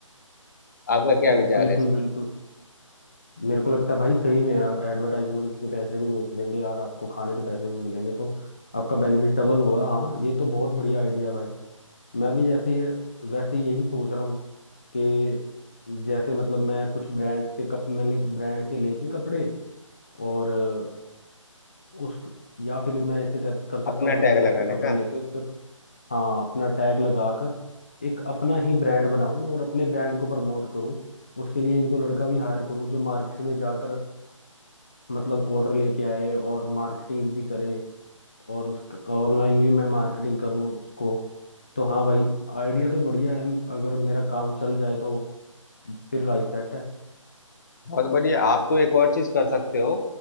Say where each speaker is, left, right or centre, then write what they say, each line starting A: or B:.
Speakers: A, on the left; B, on the left.
A: आपका क्या
B: बिल्कुल
A: विचार है इस-
B: बिल्कुल मेरे को लगता है भाई सही में एडवर्टाइजमेंट के पैसे भी मिलेंगे यार आपको खाने के पैसे भी मिलेंगे तो आपका बेनिफिट डबल होगा हाँ ये तो बहुत बढ़िया आइडिया है भाई मैं भी जैसे ये वैसे यही सोच रहा हूँ कि जैसे मतलब मैं कुछ ब्रांड्स के कप मैंने ब्रांड के लेके कपड़े और अ, उस या फिर मैं ऐसे कर कर सकता
A: अपना
B: हूँ अपने
A: टैग
B: दोस्त
A: लगाने
B: के कपड़े
A: का
B: लेके उस पे हाँ अपना टैग लगाकर एक अपना ही ब्रांड बनाऊं और अपने ब्रांड को प्रमोट करूं उसके लिए एक दो लड़का भी हायर करूं जो मार्केट में जाकर मतलब ऑर्डर लेके आए और मार्केटिंग भी करे और उस ऑनलाइन भी मैं मार्केटिंग करूं उसको तो हाँ भाई आइडिया तो बढ़िया है अगर मेरा काम चल जाए तो फिर लाइफ सेट है
A: बहुत बढ़िया आप तो एक और चीज कर सकते हो